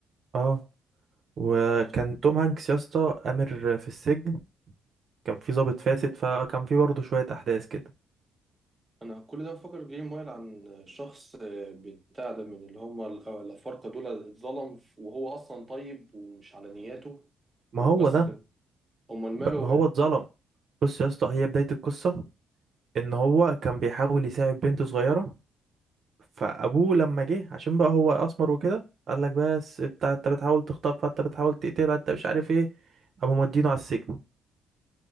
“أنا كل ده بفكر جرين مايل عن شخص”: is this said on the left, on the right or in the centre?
Right